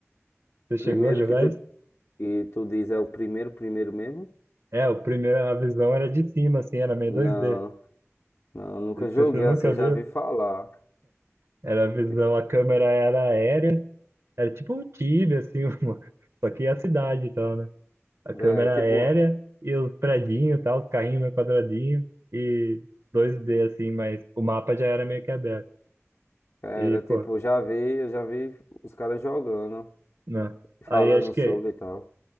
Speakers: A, on the right; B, on the left.
A: Você chegou
B: Primeiro
A: a jogar
B: que tu,
A: isso?
B: que tu diz é o primeiro, primeiro mesmo?
A: É, o primeiro, a visão era de cima, assim, era meio
B: Não,
A: 2D.
B: não, nunca
A: Você,
B: joguei
A: você nunca
B: assim, eu
A: viu?
B: já vi falar.
A: Era a visão,
B: Ti-
A: a câmera era aérea, era tipo um Tibia, assim, <laughs> uma- só que a cidade e tal, né? A câmera
B: É, tipo,
A: aérea e os predinhos e tal, os carrinhos meio quadradinhos e 2D, assim, mas o mapa já era meio que aberto.
B: era
A: E,
B: tipo,
A: pô,
B: já vi, eu já vi os caras jogando,
A: né?
B: falando
A: Aí acho que
B: sobre e tal.